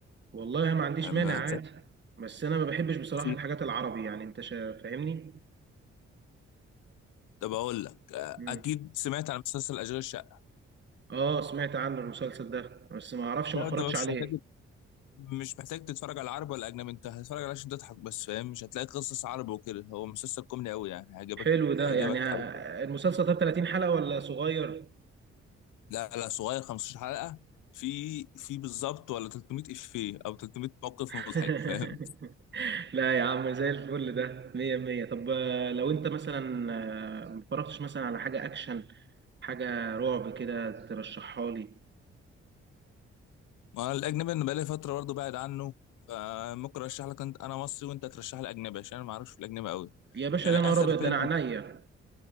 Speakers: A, on the right; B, on the left.
A: والله ما عنديش
B: يعني ما
A: مانع عادي
B: هتلاقي
A: بس انا ما بحبش بصراحة
B: في
A: الحاجات العربي يعني انت شا... فاهمني
B: طب اقول لك آه،
A: مم.
B: اكيد سمعت عن مسلسل اشغال شقه
A: اه سمعت عنه المسلسل ده بس ما اعرفش
B: لا
A: ما اتفرجتش
B: انت مش
A: عليه
B: محتاج مش محتاج تتفرج على عربي ولا اجنبي انت هتتفرج عليه عشان تضحك بس فاهم مش هتلاقي قصص عربي وكده هو مسلسل كوميدي قوي يعني هيعجبك
A: حلو ده
B: هيعجبك
A: يعني ه-
B: قوي
A: المسلسل ده 30 حلقة ولا صغير
B: لا لا صغير 15 حلقه في في بالظبط ولا 300 افيه او 300 موقف
A: <laughs>
B: مضحك فاهم
A: لا يا عم زي الفل ده مية مية طب آه، لو انت مثلا آه، متفرجتش مثلا على حاجة اكشن حاجة رعب كده ترشحها لي
B: ما الاجنبي انا بقالي فتره برضه بعد عنه فممكن ارشح لك انت انا مصري وانت ترشح لي اجنبي عشان انا ما اعرفش في الاجنبي قوي
A: يا باشا
B: يعني
A: ده
B: اخر
A: نهار ابيض
B: فيلم
A: ده انا عينيا